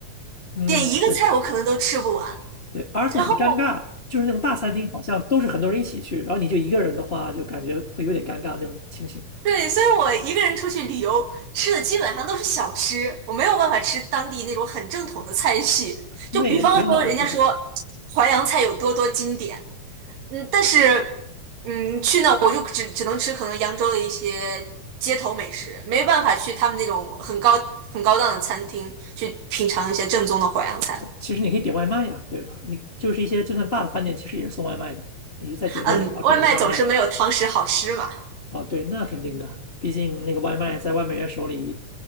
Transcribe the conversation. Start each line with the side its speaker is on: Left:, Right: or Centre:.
Left: 嗯对
Right: 点一个菜我可能都吃不完，
Left: 对，而且很尴尬，
Right: 然后
Left: 就是那种大餐厅好像都是很多人一起去，然后你就一个人的话，就感觉会有点尴尬那种情形。
Right: 对，所以我一个人出去旅游，吃的基本上都是小吃，我没有办法吃当地那种很正统的菜系。
Left: 那也挺好的，
Right: 就比方说，人家说淮扬菜有多多经典，
Left: 说实话。
Right: 嗯，但是，嗯，去那我就只只能吃可能扬州的一些街头美食，没办法去他们那种很高很高档的餐厅去品尝一些正宗的淮扬菜。
Left: 其实你可以点外卖呀，对吧？你就是一些就算大的饭店，其实也是送外卖的，你就在酒店里然后点个外卖，
Right: 嗯，外卖总是没有堂食好吃嘛。
Left: 哦，对，那肯定的，毕竟那个外卖在外卖员手里